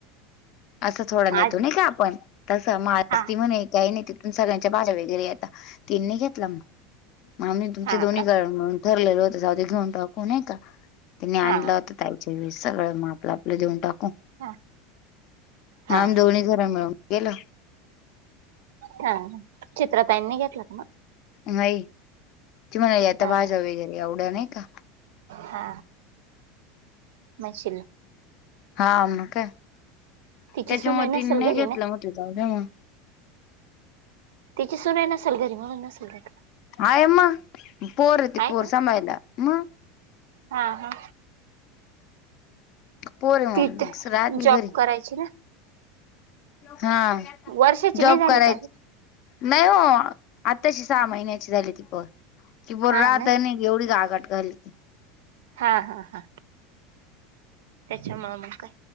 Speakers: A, on the left; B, on the right.
A: असं थोडा नेतो
B: आज
A: नाही का आपण तसं म
B: हा
A: ती म्हणे काही नाही तिथून सगळ्यांच्या भाज्या व आता तिननी घेतला मग मी तुमचे
B: हा
A: दोन्ही
B: का
A: क ठरलेलं होत जा ते घेऊन टाकूनय का तनी आणलं
B: हा
A: होता सगळं मग आपलं आपलं देऊन टाकू
B: हा हा
A: मग आम दोन्ही घर मिळून केला
B: हा चित्र ताईनी घेतला का मग
A: नाही तुमला आता
B: हा
A: भाजा वगैरे एवढं नाही का
B: हा म्हणशील
A: हा मग का
B: तिची
A: त्याच्यामुळे
B: सुनई नसेल
A: त नाही
B: घरी
A: घेतलं
B: ना
A: मग जा का म
B: तिची सुनई नसेल घरी म्हणून नसेल घेतला
A: हायम्मा पोर य त
B: आहे
A: पोर
B: का
A: सांमाायला. म
B: हा हा
A: पोर मग
B: ती
A: रातली
B: जॉब
A: घरी
B: करायची ना
A: हा
B: वर्षाची
A: जॉब
B: नाही झाली
A: करायच.
B: का अजून
A: नाही हो आताची सहा महिन्याची झाली ती प की बोल
B: हा
A: राहत
B: ना
A: आणि एवढीच आघाठ घाली ती
B: हा हा हा त्याच्या मामा काय